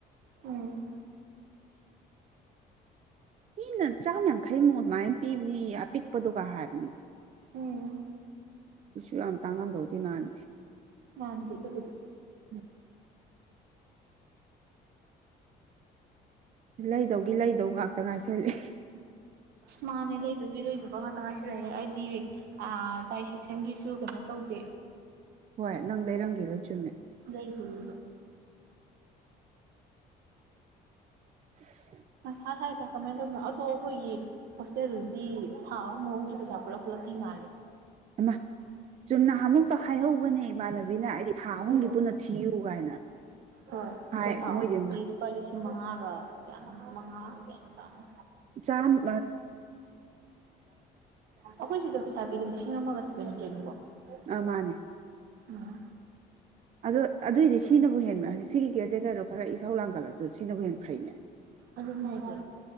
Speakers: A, on the right; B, on the right.
A: ꯎꯝ
B: ꯃꯤꯅ ꯆꯥꯝꯃ ꯌꯥꯡꯈꯩꯃꯨꯛ ꯑꯗꯨꯃꯥꯏꯅ ꯄꯤꯕꯅꯤ ꯑꯄꯤꯛꯄꯗꯨꯒ ꯍꯥꯏꯕꯅꯤꯗ
A: ꯎꯝ
B: ꯑꯗꯨꯁꯨ ꯌꯥꯝ ꯇꯥꯡꯉꯝꯗꯧꯗꯣꯏ ꯃꯥꯟꯅꯁꯤꯦ
A: ꯋꯥꯥꯟꯗꯦ ꯑꯗꯨꯕꯨꯗꯤ
B: ꯎꯝ ꯂꯩꯗꯧꯒꯤ ꯂꯩꯗꯧ ꯉꯥꯛꯇ ꯉꯥꯏꯁꯜꯂꯤ
A: ꯃꯥꯅꯦ ꯂꯩꯗꯣꯏꯒꯤ ꯂꯩꯣꯏꯗꯕ ꯉꯥꯛꯇ ꯉꯥꯏꯁꯤꯔꯛꯑꯦ ꯑꯩ ꯗꯥꯏ ꯁꯦꯛꯁꯟꯒꯤꯁꯨ ꯀꯩꯅꯣ ꯇꯧꯗꯦ
B: ꯍꯣꯏ ꯅꯪ ꯂꯩꯔꯝꯒꯦꯔꯣꯏ ꯆꯨꯝꯃꯦ
A: ꯂꯩꯏ ꯀꯗ
B: <unintelligible>
A: ꯊꯥ ꯁꯥꯏꯗ ꯀꯃꯥꯏꯅ ꯇꯧꯕꯅꯣ ꯑꯗꯣ ꯑꯩꯈꯣꯏꯒꯤ ꯍꯣꯁꯇꯦꯜꯗꯨꯗꯤ ꯊꯥ ꯑꯍꯨꯝ ꯑꯍꯨꯝꯁꯤ ꯄꯩꯁꯥ ꯄꯨꯂꯞ ꯄꯨ ꯇꯤ ꯃꯥꯦ
B: ꯑꯃ ꯆꯨꯝꯅ ꯑꯃꯨꯛꯇ ꯍꯥꯏꯍꯧꯕꯅꯦ ꯏꯃꯥꯟꯅꯕꯤꯅ ꯍꯥꯏꯗꯤ ꯊꯥ ꯑꯍꯨꯝꯒꯤ
A: ꯎꯝ
B: ꯄꯨꯟꯅ ꯊꯤꯌꯨ ꯀꯥꯏꯅ
A: ꯍꯣꯏ
B: ꯍꯥꯏ
A: ꯑꯗ ꯊꯥꯛ
B: ꯃꯣꯏꯗꯤ
A: ꯑꯗꯤ ꯂꯨꯄꯥ ꯂꯤꯁꯤꯡ ꯃꯉꯥꯒ ꯀꯌꯥꯅꯣ ꯃꯉꯥ ꯀꯌꯥꯅ ꯇꯥꯝꯃꯤ
B: ꯆꯥꯝ
A: ꯑꯩꯈꯣꯏ ꯁꯤꯗ ꯄꯩꯁꯥꯕꯤꯤꯗ ꯂꯤꯁꯤꯡ ꯑꯃꯒ ꯣ
B: ꯑꯥ ꯃꯥꯅꯦ
A: ꯎꯝ
B: ꯑꯗꯣ ꯑꯗꯨꯑꯣꯏꯗꯤ ꯁꯤꯅꯕꯨ ꯍꯦꯟꯕ ꯁꯤꯒꯤ ꯀꯦꯇꯦꯒꯔꯤꯗꯣ ꯈꯔ ꯏꯁꯧ ꯂꯥꯡꯒꯠꯂꯁꯨ ꯁꯤ ꯐꯩꯅꯦ
A: ꯑꯗꯨꯅꯦ ꯍꯥꯏꯁꯦ